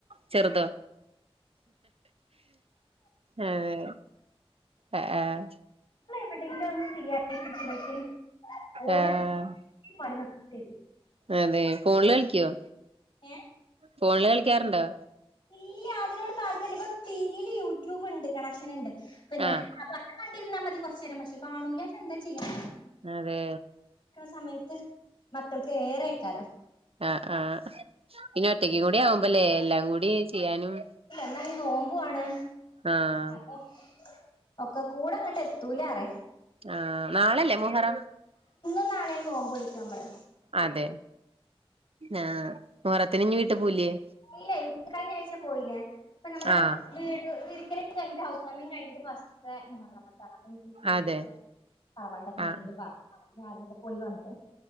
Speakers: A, on the right; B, on the left.
A: ചെറുത അതേ ആ ആഹ
B: എടെങ്കിലും ഒന്ന് ഫ്രീ ആയിട്ട്ടക്കും ഓര
A: ആഹ്
B: പണി ന തരും
A: അതെ ഫോണില് കളിക്കുവോ?
B: ഏ
A: ഫോണില് കളിക്കാറുണ്ടോ
B: ഇല്ല അതിനോട് താല്പര്യാ ല്ല ഇപ്പൊ ടി വിൽ യൂട്യൂബ് ഉണ്ട് കണക്ഷൻ ഉണ്ട് പിന്നെ
A: ആഹ്
B: തിരന്നാൽ മതി കുറച്ചു നേരം പക്ഷെ കാണൂലച്ച ന്ത ചെയ്യാം
A: അതെ
B: സമയത്ത് മക്കൾക്ക് ഏറെ കാരം
A: ആഹ ആഹ ഇനി ഒറ്റക്കും കൂടി ആവുമ്പല്ലേ എല്ലാം കൂടി ചെയ്യാനും
B: ന്നാണെ നോമ്പ് ആണ്
A: ആഹ്
B: അപ്പൊ ഒക്കെ കൂടെ അങ്ങോട്ട് എത്തൂലാറേ
A: ആഹ നാളല്ലേ മുഹറം
B: ാണന്ന് നോുമ്പോ എടുക്കാം നമ്മള്
A: അതെ ആഹ മുറത്തിന് ഇഞ്ഞ വീട്ട് പോൂലയേ
B: ഇല്ല ഇ കഴിഞ്ഞ ആഴ്ച പോയില്ലേ ഇപ്പൊ നമ്മള്
A: ആഹ്
B: വീട് ഒരിക്കല കി് ഹൗസ് വാമി കഴിട്ട്സ്റ്റ് മുഹറ ആപ്പ ഇ പോയിറവായിട്ട്ക്കെ
A: അതെ
B: എന്തെങ്കിലും
A: ആഹ്
B: പറ ഞ ആദ്യല്ലെ പോയി വന്ന